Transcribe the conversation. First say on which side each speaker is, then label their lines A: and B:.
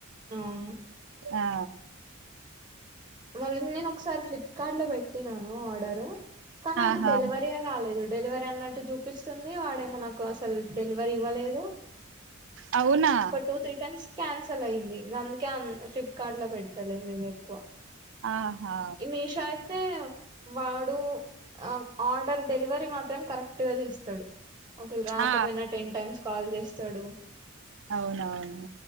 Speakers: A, on the right; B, on the right.
A: అవును
B: ఆ
A: మళ్ళీ నేను ఒకసారి ఫ్లిప్కార్ట్ లో పెట్టినాను ఆర్డరు కానీ అది
B: ఆహా
A: డెలవరీ ఏ కాలేదు డెలవరీ అన్నట్టు చూపిస్తుంది వాడేమో నాకు అసలు డెలివరీ ఇవ్వలేదు దు
B: అవునా
A: క టూ త్రీ టైమ్స్ కాన్సిల్ అయింది కేం ఫ్లిప్కార్ట్ లో పెట్టలేదు ఇగ ఎక్కువ
B: ఆహా
A: ఇ మీషో ఐతే వాడు ఆ ఆర్డర్ డెలివరీ మాత్రం కరెక్ట్ గా చేస్తాడు ఒకేల రాకపోయినా
B: ఆ
A: టెన్ టైమ్స్ కాల్ చేస్తాడు
B: అవునవును